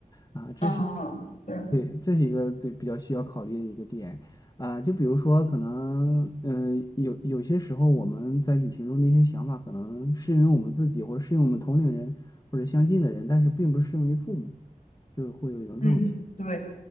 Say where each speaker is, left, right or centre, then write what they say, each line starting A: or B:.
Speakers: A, on the left (about 25°); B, on the left (about 55°).
A: 啊，这是。
B: 嗯，对，
A: 对，这是一个最比较需要考虑的一个点啊，就比如说，可能嗯，有有些时候我们在旅行中的一些想法，可能适用于我们自己，或者适用于我们同龄人或者相近的人，但是并不适用于父母，就会有一种这种，
B: 嗯，对